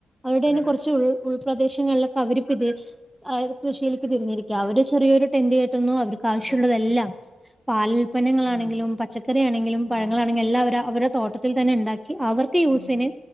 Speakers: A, in the centre; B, on the left.
A: അവടെന്
B: അതെ അതെ
A: കുറച്ച് ഉൾ ഉൾപ്രദേശങ്ങളിലൊക്കെ അവരിപ്പിത് അവര് കൃഷിയിലേക്ക് തിരിഞ്ഞിരിക്ക അവര് ചെറിയൊരു ടെൻഡ് കേ ട്ടുന്നു അവർക്ക് ആവശ്യമുള്ളതെല്ലാം
B: അതെ
A: പാൽ ഉപ്പന്നങ്ങളാണെങ്കിലും
B: ഉം
A: പച്ചക്കറി ആണെങ്കിലും
B: ഉം
A: പഴങ്ങളാണെങ്കിലും എല്ലാം അവർ അവരുടെ തോട്ടത്തിൽ തന്നെ ഉണ്ടാക്കി അവർക്ക് യൂസിന്
B: ഉം